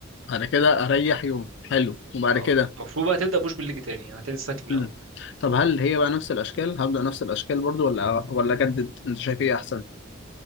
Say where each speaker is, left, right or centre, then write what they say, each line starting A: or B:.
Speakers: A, on the left (about 60°); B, on the right (about 90°).
A: بعد كده اريح يوم حلو وبعد
B: اه
A: كده
B: المفروض بقى تبدا بوش بالليج تاني هتبتدي السايكل من
A: مم.
B: الاول
A: طب هل هي بقى نفس الاشكال هبدأ نفس الاشكال برضو ولا ولا اجدد انت شايف ايه احسن